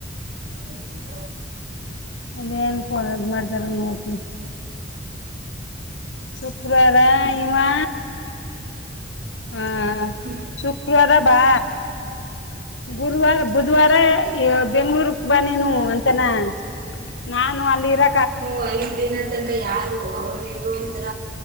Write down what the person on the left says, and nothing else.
ಅದ ಏನ್ ಮಾಡ್ತಾರ ನೋಡ್ತ ಶುಕ್ರವಾರ ಇವಾ ಹಾ
ಶುಕ್ರವಾರ ಬಾ ಗುರುವವಾರ ಬುಧವಾರ ಬೆಂಗಳೂರು ಬಾನನು ಅಂತನಾ ನಾನು ಅಲ್ಲಿ ಇರ